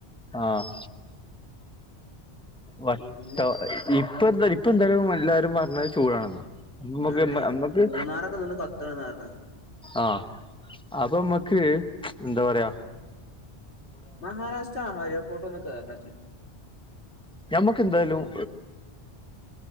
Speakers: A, in the centre; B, on the left.
A: ആഹ് വട്ട
B: പിന്നെ
A: ഇപ്പെന്താ, ഇപ്പെന്താണ് വല്ല ത് പറഞ്ഞത് ചൂടാണെന്ന. ഞമ്മക്ക്,
B: അതന്നെ
A: അമ്മക്ക്
B: മൂന്നാറൊക്കെ നിന്ന് കത്തണംന്നാ പറഞ്ഞത്
A: ആഹ് അപ്പൊമ്മക്ക് എന്താപറയാ?
B: മഹാരാഷ്ട്ര അഹാരിയ ഫോട്ടോ ഒന്ന് കേറണംഇച്ച്.
A: ഞമ്മക്കെന്തായാലും
B: പൂതിണ്ട്